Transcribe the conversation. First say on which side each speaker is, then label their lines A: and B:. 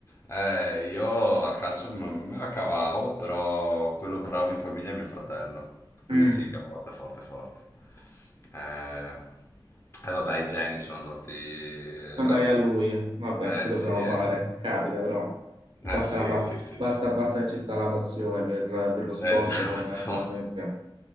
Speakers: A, on the left (about 30°); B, on the right (about 80°).
A: eh, io a calcio me me la cavavo, però quello bravo in famiglia è mio fratello.
B: <laughs>
A: Lui
B: Mm.
A: sì che è forte, forte, forte. Eh, e vabbè, i geni sono andati eh,
B: andai
A: a lui.
B: a lui, vabbè,
A: Eh
B: che
A: sì,
B: dobbiamo
A: eh.
B: fare? Capita, però
A: Eh
B: basta,
A: sì,
B: la pa-
A: sì, sì,
B: basta,
A: sì. Eh,
B: basta che ci sta la passione per, per lo sport
A: Esatto.
B: fondamentalmente
A: <laughs>